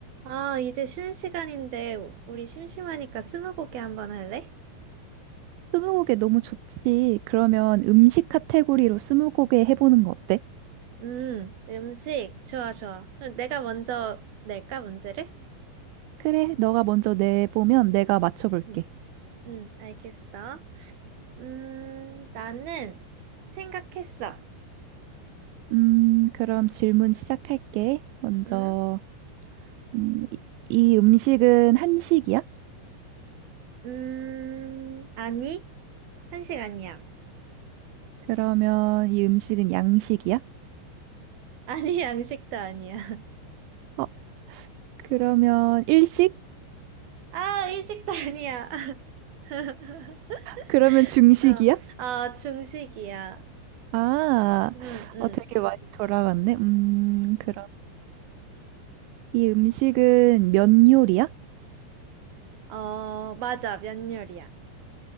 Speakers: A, on the right (about 55°); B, on the right (about 80°).
A: 아, 이제 쉬는 시간인데 우리 심심하니까 스무고개 한번 할래?
B: 스무고개 너무 좋지. 그러면 음식 카테고리로 스무고개 해보는 거 어때?
A: 음, 음식. 좋아, 좋아. 그럼 내가 먼저 낼까, 문제를?
B: 그래, 너가 먼저 내보면 내가 맞춰볼게.
A: 응 응 알겠어. 음, 나는 생각했어.
B: 음, 그럼 질문 시작할게. 먼저,
A: 음,
B: 음, 이, 이 음식은 한식이야?
A: 음, 아니, 한식 아니야. <laughs>
B: 그러면 이 음식은 양식이야?
A: 아니, 양식도 아니야. <laughs>
B: 어, 그러면 일식?
A: 아, 일식도 아니야. <laughs>
B: 그러면 중식이야?
A: 어, 아, 중식이야.
B: 아,
A: 응 응
B: 어, 되게 많이 돌아갔네. 음, 그럼 이 음식은 면 요리야?
A: <laughs> 어, 맞아, 면요리야.